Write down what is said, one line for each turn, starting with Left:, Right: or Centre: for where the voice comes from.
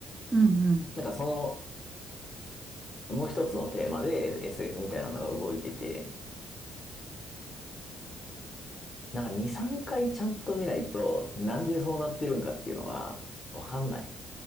Right: うんうん。
Left: なんかその、もう一つのテーマで SF みたいなのが動いてて、なんか2、3回ちゃんと見ないと、なんでそうなってるんかっていうのは、わかんない。